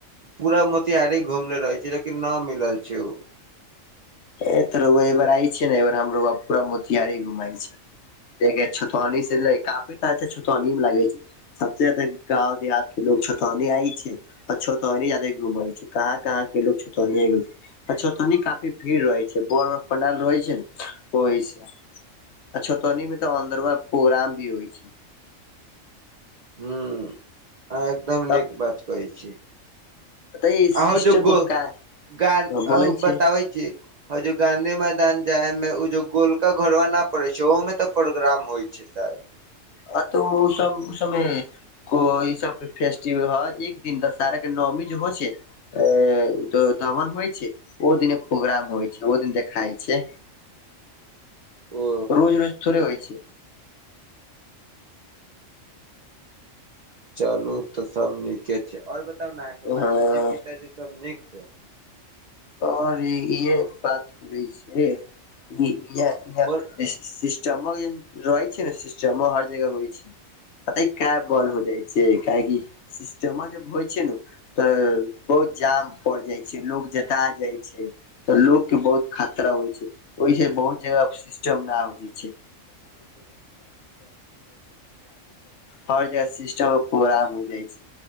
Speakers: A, on the right; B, on the left.
A: पूरा मोतिहारी घुमले रहे छै लेकिन न मिलल छै उ।
B: ए त रौवा आई बेर आयिय छीयौ ने हम रौवा के पूरा मोतिहारे घुमाय छी। देख छतौनी से <unintelligible> अच्छा छतनी मे लागै छै। सबसे ज्यादा गाँव देहात के लोग छतौनी आय छे। आ छतनी जाादे घुमै छै कहाँ कहाँ के लोग छतौनि छतौनी काफी भीड़ रहै छै भोर में पंडाल रहै छै ने ओहिसे आ छतौनी में तऽ अन्दरवा पोग्राम भी होइ छै।
A: हुं अहां एकदम
B: तब
A: नीक बात कहै छी।
B: ते
A: आहों
B: सिस्टम
A: जे गो
B: सब का
A: गान
B: बोले
A: आ उ
B: छै।
A: बताबै छी और जो गाँंधी मैदान जाय में उ जो गोलका घरवा न पड़े छै ओहों में तऽ प्रोग्राम होय छै शाएद।
B: आ तऽ उ सब, उ सब में हां ई सब जे फेस्टिवल हय एक दिन दशहरा के नौवमी जे हय छै ऐ तो दहन होइ छै ओय दिना प्रोग्राम होय छै ओ दिन देखाइ छै।
A: ओ
B: रोज-रोज थोड़े होय छै।
A: चलू तऽ सब नीके छै और बताउ नै अहाँके माताजी-पिताजी
B: हँ
A: सब नीक छै।
B: तोहर ई इहै बात करे छै, ई ईहे-ईहे <unintelligible>
A: बोल
B: चम्मक जेहेन रहै छै नै सिस्टम में हर जगह होय छै। पता ई काहे
A: हँ
B: बन्द हो जाए छै काहेकि सिस्टमा जब होय छै नै उ तऽ बहुत जाम पड़ जाइ छै, लोग जता जाइ छै। तऽ लोक के बहुत खतरा होय छै, ओय से बहुत जगह पे सिस्टम न होय छै, <unintelligible> हर जगह सिस्टम में पूरा हो जाए छै।